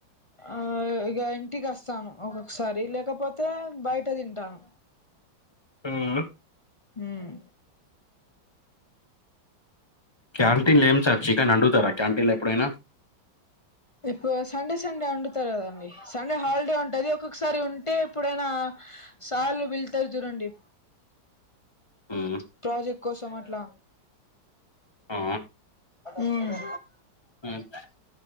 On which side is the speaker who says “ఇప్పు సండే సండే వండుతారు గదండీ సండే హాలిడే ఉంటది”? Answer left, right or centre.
Left